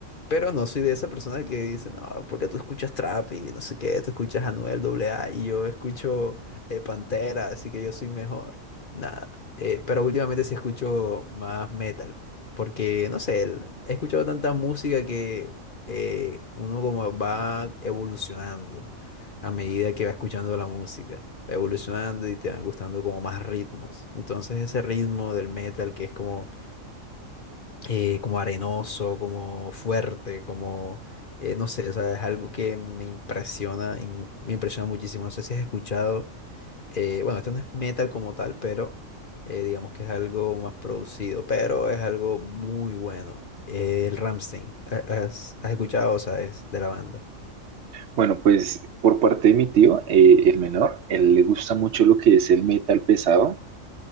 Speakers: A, on the left; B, on the right.
A: Pero no soy de esa persona que dice, no, porque tú escuchas trap y no sé qué, tú escuchas Anuel AA y yo escucho eh, Pantera, así que yo soy mejor. Nada, eh, pero últimamente sí escucho más metal, porque no sé, el- he escuchado tanta música que eh, uno como va evolucionando a medida que va escuchando la música, va evolucionando y te van gustando como más ritmos. Entonces ese ritmo del metal que es como eh, como arenoso, como fuerte, como, eh, no sé, o sea, es algo que me impresiona, in- me impresiona muchísimo. No sé si has escuchado, eh, bueno, esto no es metal como tal, pero eh, digamos que es algo más producido, pero es algo muy bueno. Eh, el Rammstein, ¿ha- ¿has, has escuchado o sabes de la banda?
B: Bueno, pues por parte de mi tío, eh, el menor, él le gusta mucho lo que es el metal pesado.